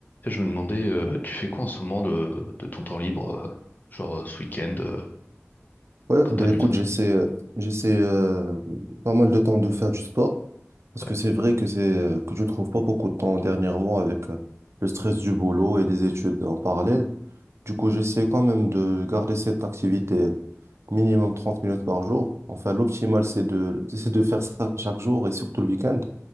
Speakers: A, on the left; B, on the right.
A: Et Je me demandais, euh, tu fais quoi en ce moment de, de ton temps libre, euh, genre euh, ce week-end, euh,
B: Ouais,
A: quand
B: ben
A: t'as du
B: écoute,
A: temps?
B: j'essaie, euh, j'essaie euh, pas mal de temps de faire du sport parce
A: Ouais.
B: que c'est vrai que c'est euh, que je trouve pas beaucoup de temps dernièrement avec euh, le stress du boulot et les études en parallèle. Du coup, j'essaie quand même de garder cette activité euh, minimum 30 minutes par jour. Enfin, l'optimal, c'est de, <laughs> c'est de faire ça chaque jour et surtout le week-end.